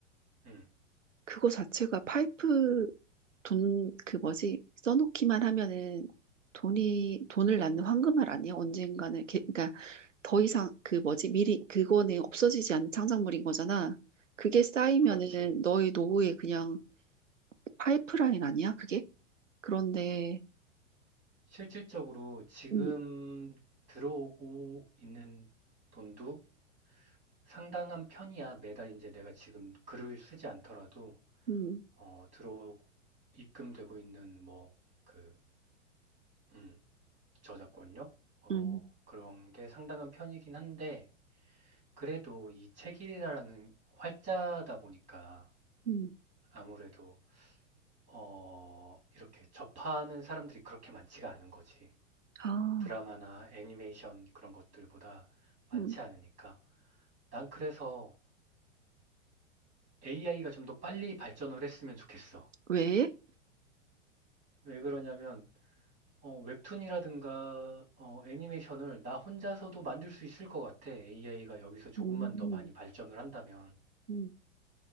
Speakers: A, on the right; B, on the right.
A: 음,
B: 그거 자체가 파이프 돈, 그 뭐지, 써놓기만 하면은 돈이, 돈을 낳는 황금알 아니야? 언젠가는. 게- 그러니까 더 이상 그 뭐지, 미리, 그거는 없어지지 않는 창작물인 거잖아. 그게 쌓이면은
A: 그렇지.
B: 너의 노후에 그냥 파이프라인 아니야? 그게? 그런데,
A: 실질적으로 지금
B: 음,
A: 들어오고 있는 돈도 상당한 편이야. 매달 이제 내가 지금 글을 쓰지 않더라도
B: 음,
A: 어, 들어 입금되고 있는 뭐 그 음, 저작권료 어,
B: 음,
A: 그런 게 상당한 편이긴 한데 그래도 이 책이라는 활자다 보니까
B: 음,
A: 아무래도 어, 이렇게 접하는 사람들이 그렇게 많지가 않은 거지.
B: 아,
A: 드라마나 애니메이션 그런 것들보다 많지
B: 음,
A: 않으니까. 난 그래서 AI가 좀 더 빨리 발전을 했으면 좋겠어.
B: 왜?
A: 왜 그러냐면, 어, 웹툰이라든가, 어, 애니메이션을 나 혼자서도 만들 수 있을 것 같아. AI가 여기서 조금만
B: 음,
A: 더 많이 발전을 한다면.
B: 음,